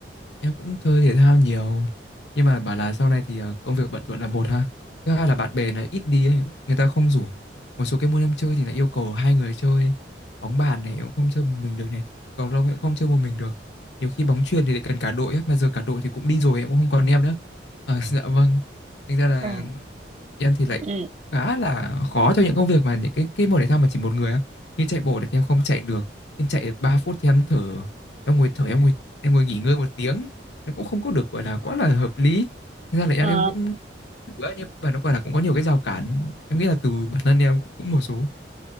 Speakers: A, on the left (about 70°); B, on the right (about 40°).
A: Em cũng chơi thể thao nhiều nhưng mà bảo là sau này thì ờ, công việc bận rộn là một ha. Thứ hai là bạn bè là ít đi ấy, người ta không rủ. Một số cái môn em chơi thì lại yêu cầu hai người chơi. Bóng bàn này em cũng không chơi một mình được này, cầu lông em cũng không chơi một mình được. Nhiều khi bóng chuyền thì lại cần cả đội ấy, mà giờ cả đội thì cũng đi rồi em cũng không còn em nữa. À, <laughs> dạ vâng. Thành ra là
B: À,
A: em thì lại
B: ừ
A: khá là khó cho những công việc mà những cái cái môn thể thao mà chỉ một người á như chạy bộ thì em không chạy được em chạy được 3 phút thì em thở em ngồi thở em ngồi em ngồi nghỉ ngơi một tiếng em cũng không có được gọi là quá là hợp lý Thế ra là em
B: Ờ,
A: em cũng thử á, nhưng mà nó gọi là cũng có nhiều cái rào cản em nghĩ là từ bản thân em cũng, cũng một số